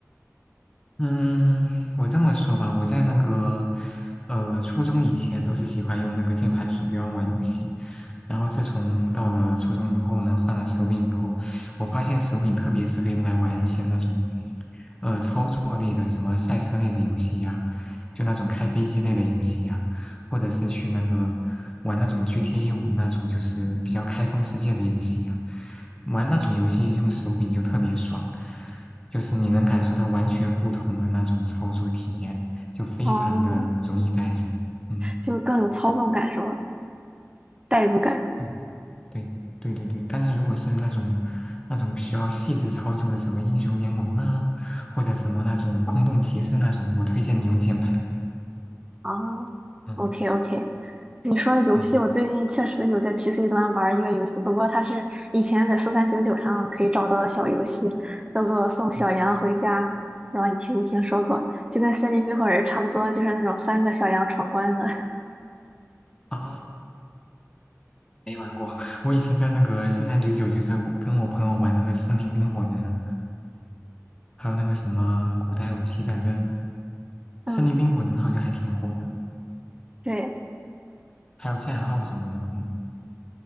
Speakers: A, on the left; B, on the right.
A: 嗯，我这么说吧，我在那个呃初中以前都是喜欢用那个键盘鼠标玩游戏。然后自从到了初中以后呢，换了手柄以后，我发现手柄特别适合用来玩一些那种，呃，操作类的，什么赛车类的游戏呀，就那种开飞机类的游戏呀，或者是去那个玩那种 GTA 五那种就是比较开放世界的游戏呀，玩那种游戏用手柄就特别爽，就是你能感受到完全不同的那种操作体验，就非常的容易代入，
B: 哦，
A: 嗯。
B: 就更有操纵感是吧？代入感。
A: 对对对对对，但是如果是那种那种需要细致操作的，什么英雄联盟啊，或者什么那种空洞骑士那种，我推荐你用键盘。
B: 啊
A: 嗯，
B: o k OK。你说的游戏，
A: 对，
B: 我最近确实有在 PC 端玩一个游戏，不过它是以前在四三九九上可以找到的小游戏，叫做《送小羊回家》，
A: 嗯
B: 不知道你听没听说过？就跟《森林冰火人》差不多，就是那种三个小羊闯关的。<laughs>
A: 啊，没玩过。我以前在那个四三九九，就是我跟我朋友玩那个《森林冰火人》，还有那个什么古代武器战争，
B: 嗯，
A: 《森林冰火人》好像还挺火的，
B: 对。
A: 还有赛尔号什么的。嗯